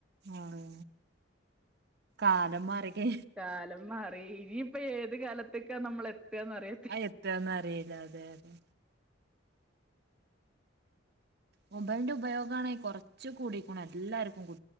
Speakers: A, on the right; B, in the centre.
A: ആഹ് കാലം മാറികെ.
B: കാലം മാറി ഇനിയിപ്പ ഏത് കാലത്ത്ക്കാ നമ്മൾ എത്താന്നറിയ.
A: അഹ് എത്താന്നറിയില്ല അതെയതെ മൊബൈൽന്റെ ഉപയോഗാണെ കൊറച് കൂടിക്ക്ണു എല്ലാർക്കും കു